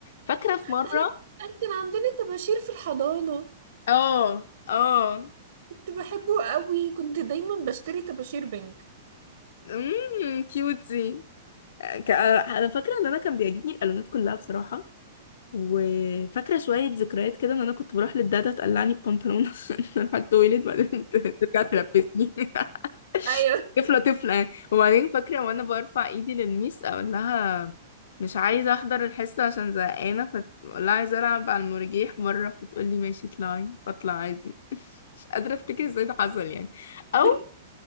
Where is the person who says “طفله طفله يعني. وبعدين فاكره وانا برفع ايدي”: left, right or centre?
Left